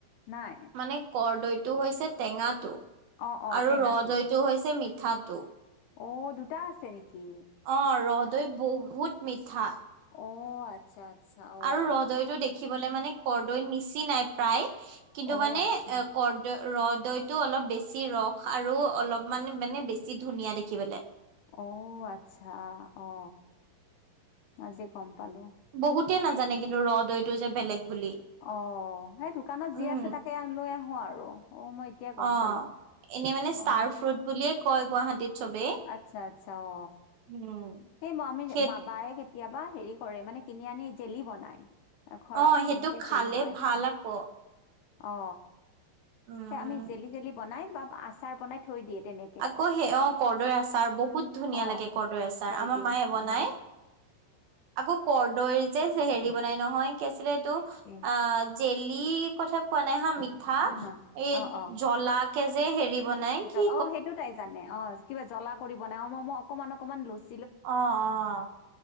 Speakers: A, on the left; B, on the right.
A: নাই
B: মানে কৰদৈটো হৈছে টেঙাটো
A: অ' অ'
B: আৰু
A: টেঙাটো
B: ৰহদৈটো হৈছে মিঠাটো
A: অঁ দুটা আছে নেকি
B: অ ৰহদৈ বহুত মিঠা
A: অ আচ্ছা আচ্ছা অ',
B: আৰু ৰহদৈতো দেখিবলৈ মানে কৰদৈৰ নিচিনা নাই প্ৰায় কিন্তু
A: অ',
B: মানে
A: আচ্ছা
B: কৰদ দ ৰহদৈতটো অলপ বেছি ৰস আৰু অলপমান মানে বেছি ধুনীয়া দেখিবলে
A: অ আচ্ছা অ মজে গম পালো
B: বহুতেই নাজানে কিন্তু ৰহদৈতটো যে বেলেগ বুলি
A: অ সেই দোকানত
B: উম,
A: যি আছে তাকে আন লৈ আহো আৰু অ মই এতিয়া গম
B: অ
A: পালো।
B: এনেই মানে
A: অ',
B: ষ্টাৰ ফ্ৰুট বুলিয়ে কয় গুৱাহাটীত চবেই।
A: আচ্ছা আচ্ছা অ
B: উম
A: সেই ম আমি
B: সেই
A: মায়ে কেতিয়াবা হেৰি কৰে মানে কিনি আনি জেলি বনায় ঘৰত
B: অ', সেইটো
A: তেনেকে
B: খালে
A: জেলি বনাই
B: ভাল
A: থয়
B: আকৌ
A: অ
B: উম।
A: স আমি জেলি জেলি বনাই বা আচাৰ বনাই থৈ দিয়ে তেনেকে
B: আকৌ সেই অ কৰৰ্দৈৰ আচাৰ বহুত ধুনীয়া
A: অ',
B: লাগে কৰদৈ আছাৰ
A: থৈ
B: আমাৰ
A: দিয়ে
B: মায়ে বনাই
A: অ',
B: আকৌ কৰদৈৰ যে হেৰি বনাই নহয় কি আছিলে এইটো
A: অ',
B: আ জেলি কথা কোৱা নাই হা মিঠা
A: হা হা
B: এই
A: অ অ
B: জলা কেজে হেৰি বনাই
A: জ
B: কি
A: অ সেইটো তাই জানে অ কিবা জ্বলা কৰি বনাই অ মই মই অকনমান অকনমান লৈছো
B: অ অ